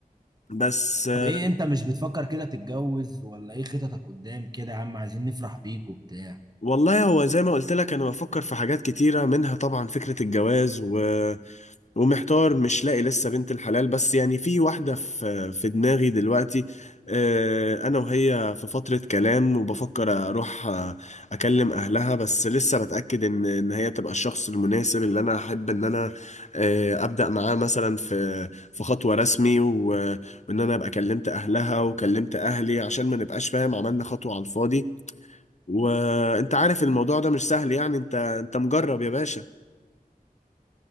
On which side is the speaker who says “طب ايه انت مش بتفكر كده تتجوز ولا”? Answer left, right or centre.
Right